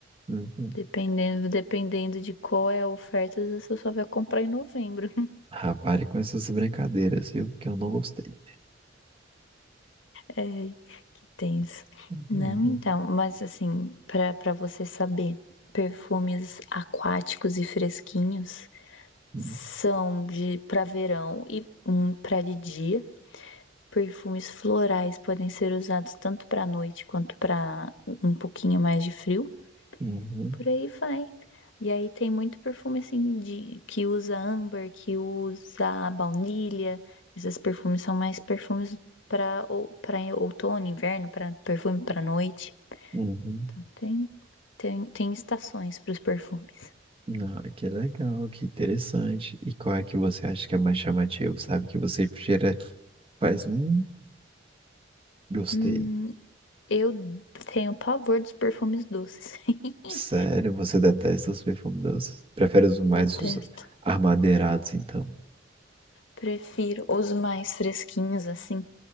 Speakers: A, on the right; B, on the left.
A: Uhum.
B: Dependendo, dependendo de qual é a oferta, você só vai comprar em novembro.
A: Rapaz, com essas brincadeiras, viu? Que eu não gostei.
B: É, que tenso.
A: Uhum.
B: Não, então, mas assim, pra para você saber, perfumes aquáticos e fresquinhos
A: uhum.
B: são de para verão e um para de dia. Perfumes florais podem ser usados tanto para noite quanto para um pouquinho mais de frio.
A: Uhum,
B: Por aí vai. E aí tem muito perfume assim de que usa âmbar, que usa baunilha. Esses perfumes são mais perfumes para ou, para outono, inverno, para perfume para noite.
A: uhum.
B: Então tem tem, tem estações para os perfumes.
A: Ah, que legal, que interessante. E qual é que você acha que é mais chamativo, sabe? Que você cheira, faz, hum, gostei.
B: Hum, eu tenho pavor dos perfumes doces. <laughs>
A: Sério, você detesta os perfumes doces? Prefere os mais
B: Detesto.
A: os armadeirados, então?
B: Prefiro os mais fresquinhos assim.